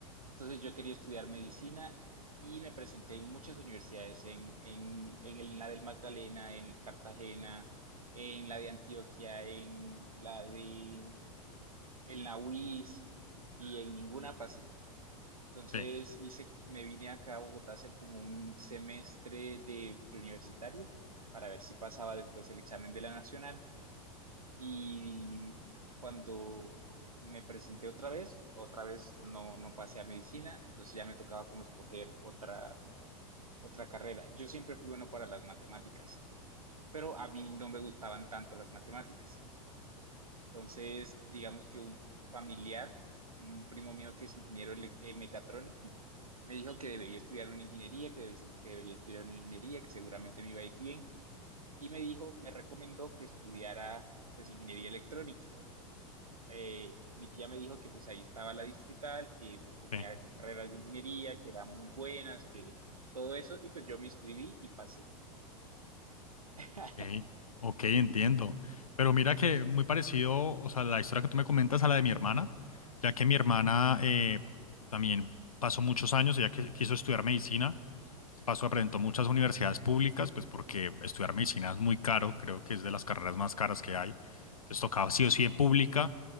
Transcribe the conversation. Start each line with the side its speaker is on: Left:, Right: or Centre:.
Right: Entonces yo quería estudiar medicina y me presenté en muchas universidades, en, en, en el- la del Magdalena, en Cartagena, en la de Antioquia, en la de, en la UIS y en ninguna pasé. Entonces
Left: Sí,
Right: hice, me vine acá a Bogotá a hacer como un semestre de preuniversitario para ver si pasaba después el examen de la nacional. Y cuando me presenté otra vez, otra vez no, no pasé a medicina, entonces ya me tocaba como escoger otra, otra carrera. Yo siempre fui bueno para las matemáticas, pero a mí no me gustaban tanto las matemáticas. Entonces, digamos que un familiar, un primo mío que es ingeniero ele- eh, mecatrónico, me dijo que debería estudiar una ingeniería, que, des- que debería estudiar una ingeniería, que seguramente me iba a ir bien. Y me dijo, me recomendó que estudiara pues ingeniería electrónica. Eh, mi tía me dijo que pues ahí estaba la distrital, que pues tenía
Left: sí.
Right: carreras de ingeniería, que eran muy buenas, que todo eso. Y pues yo me inscribí y pasé. <laughs>
Left: Ok, ok, entiendo. Pero mira que muy parecido, o sea, la historia que tú me comentas a la de mi hermana, ya que mi hermana eh, también pasó muchos años, ella que- quiso estudiar medicina, se pasó, aparentó muchas universidades públicas, pues porque estudiar medicina es muy caro, creo que es de las carreras más caras que hay. Entonces tocaba sí o sí en pública